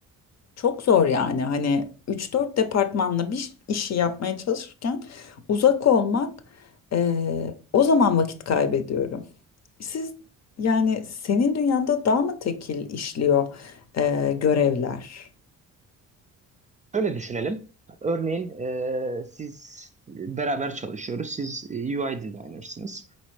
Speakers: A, on the left (about 55°); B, on the right (about 25°).
A: çok zor yani. Hani üç dört departmanla bir işi yapmaya çalışırken uzak olmak eee, o zaman vakit kaybediyorum. Siz yani senin dünyanda daha mı tekil işliyor eee, görevler?
B: Öyle düşünelim. Örneğin e, siz beraber çalışıyoruz. Siz e, UI designer'sınız.